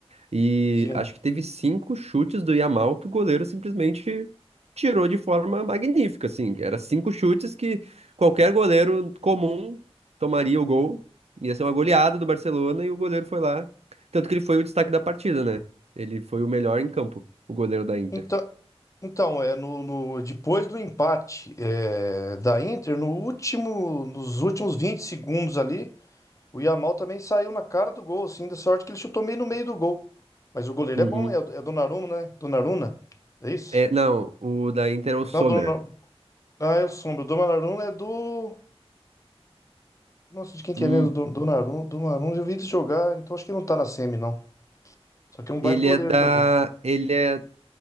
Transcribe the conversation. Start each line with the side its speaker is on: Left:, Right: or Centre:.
Right: E
Left: Sim.
Right: acho que teve cinco chutes do Yamal que o goleiro simplesmente tirou de forma magnífica, assim. Era cinco chutes que qualquer goleiro comum tomaria o gol. Ia ser uma goleada do Barcelona e o goleiro foi lá. Tanto que ele foi o destaque da partida, né? Ele foi o melhor em campo, o goleiro da Inter.
Left: Então, então é no, no- depois do empate é, da Inter, no último, nos últimos 20 segundos ali, o Yamal também saiu na cara do gol, assim, da sorte que ele chutou meio no meio do gol. Mas o goleiro
Right: Uhum.
Left: é bom, é, o- é Donnarumma, né? Donnarumma? É isso?
Right: É, não, o da Inter é o Sommer.
Left: Não, Donnarumma. Ah, eu sombro. O Donnarumma é do. Nossa, de quem que
Right: Hum,
Left: é mesmo? Do- Donnarumma. Donnarumma, eu vi ele jogar, então acho que não tá na semi, não. Só que é um baita
Right: ele
Left: goleiro
Right: é da.
Left: também.
Right: Ele é.